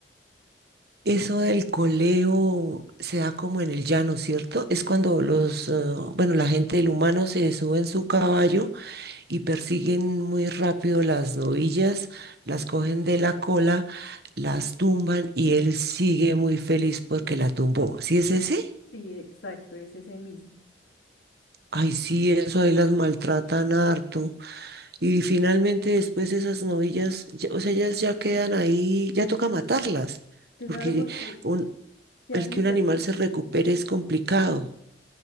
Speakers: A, on the right; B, on the left.
A: Eso del coleo se da como en el llano, ¿cierto? Es cuando los, eh, bueno, la gente, el humano se sube en su caballo y persiguen muy rápido las novillas, las cogen de la cola, las tumban y él sigue muy feliz porque la tumbó. ¿Sí es ese?
B: Sí, exacto, es ese mismo.
A: Ay, sí, eso ahí las maltratan harto. Y finalmente después esas novillas, ya- o sea, ellas ya quedan ahí, ya toca matarlas,
B: Claro,
A: porque
B: porque
A: un-
B: quedan
A: el que
B: inservibles.
A: un animal se recupere es complicado.